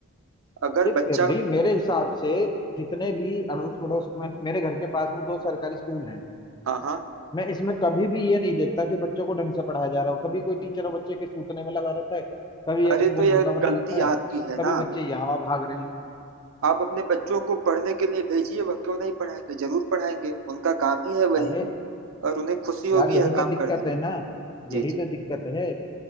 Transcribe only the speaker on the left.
ये
भी मेरे हिसाब से जितने भी अड़ोस पड़ोस में मेरे घर के पास में दो सरकारी स्कूल हैं
मैं इसमें कभी भी ये नहीं देखता कि बच्चों को ढंग से पढ़ाया जा रहा हो कभी कोई टीचर और बच्चे के सूतने में लगा रहता है कभी एक
उनको
मुर्गा बना
रखा है
कभी
बच्चे यहाँ वहाँ भाग रहे हैं
अरे
यार यही
तो
दिक्कत
है ना
यही तो
दिक्कत है